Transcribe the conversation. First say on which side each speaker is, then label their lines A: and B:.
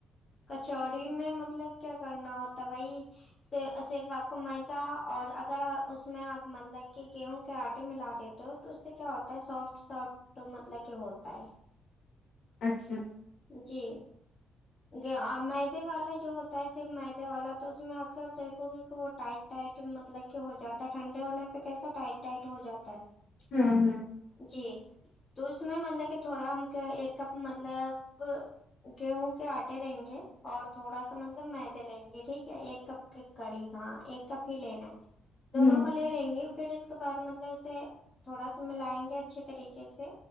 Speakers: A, on the left; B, on the left.
A: کچوڑی میں مطلب کیا کرنا ہوتا وہی صرف آپ کو میدا اور اگر اس میں آپ مطلب کہ گیہوں کے آٹے ملا دیتے تو اس سے کیا ہوتا ہے سافٹ سافٹ مطلب کہ ہوتا ہے
B: اچھا
A: جی جی ا میدے والا جو ہوتا ہے صرف میدے والا تو اس میں اکثر دیکھو گے کہ وہ ٹائٹ ٹائٹ مطلب کہ ہو جاتا ہے ٹھنڈے ہونے پہ کیسا ٹائٹ ٹائٹ ہو جاتا ہے
B: ہاں ہاں
A: جی تو اس میں مطلب کہ تھوڑا ہم ایک کپ مطلب گیہوں کے آٹے لیں گے اور تھوڑا سا مطلب میدے لیں گے ٹھیک ہے ایک کپ کڑی ہاں ایک کپ ہی لینا ہے دونوں
B: ہوں
A: کو لے لے گے پھر اس کے بعد مطلب اسے تھوڑا سا ملائیں گے اچھے طریقے سے